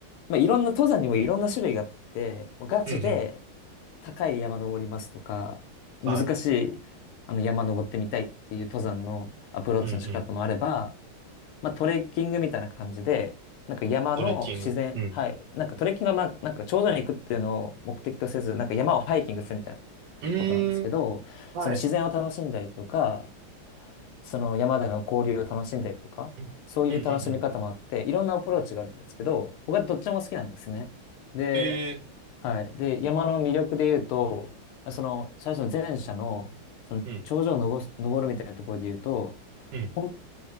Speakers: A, on the left; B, on the right.
A: まあ、いろんな登山にもいろんな種類があって、もうガチで
B: うんうん。
A: 高い山登りますとか、難しいあの山登ってみたいっていう登山のアプローチの仕方もあれば、
B: はい。うんうん。
A: まあ、トレッキングみたいな感じで、なんか山の自然、
B: トレッキング。うん。
A: はい。なんかトレッキングはまあ、なんか頂上に行くっていうのを目的とせず、なんか山をハイキングするみたいな。
B: うーん。
A: ことなんですけど、
B: はい。
A: その自然を楽しんだりとか、その山での交流を楽しんだりとか、
B: うんうんうんうん。
A: そういう楽しみ方もあって、いろんなアプローチがあるんですけど、僕はどっちも好きなんですね。で、
B: ええ
A: はい。で、山の魅力で言うと、その最初の前者の、その頂上を登す登るみたいなところで言うと、
B: うん。うん。
A: 本